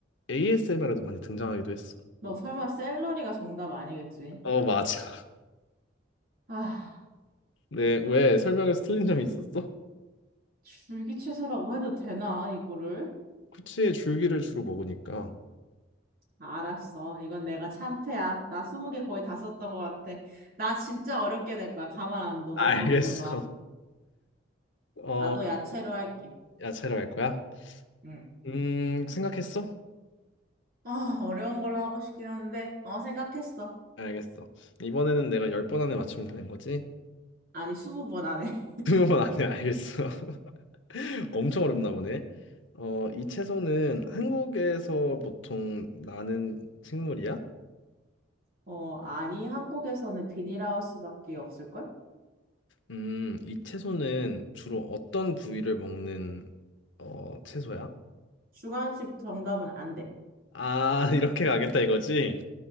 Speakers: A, on the left; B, on the right.
A: ASMR에도 많이 등장하기도 했어.
B: 너 설마 샐러리가 정답 아니겠지?
A: 어, 맞아. <laughs>
B: 아,
A: 네, 왜 설명에서 틀린 점이 있었어?
B: 줄기 채소라고 해도 되나, 이거를?
A: 쿠치의 줄기를 주로 먹으니까.
B: 알았어. 이건 내가 참패야. 나 스무 개 거의 다 썼던 것 같아. 나 진짜 어렵게 될 거야. 가만 안 둬.
A: 알겠어.
B: 너 덤벼봐.
A: 어,
B: 나도 야채로 할게.
A: 야채로 할 거야?
B: 응.
A: 음, 생각했어?
B: 아, 어려운 걸로 하고 싶긴 한데, 어, 생각했어.
A: 알겠어. 이번에는 내가 열 번 안에 맞추면 되는 거지?
B: 아니, 스무 번 안에. <laughs>
A: <laughs> 20번 안에 알겠어. <laughs> 엄청 어렵나 보네. 어, 이 채소는 한국에서 보통 나는 식물이야?
B: 어, 아니, 한국에서는 비닐하우스밖에 없을걸?
A: 음, 이 채소는 주로 어떤 부위를 먹는 어, 채소야?
B: 주관식 정답은 안 돼.
A: 아, <laughs> 이렇게 가겠다 이거지?